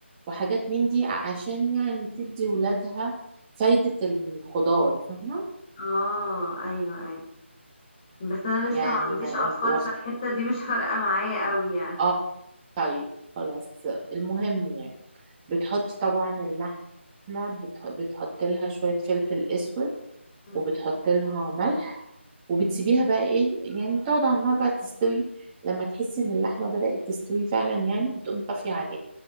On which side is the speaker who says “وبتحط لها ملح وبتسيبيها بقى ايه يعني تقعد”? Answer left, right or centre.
Right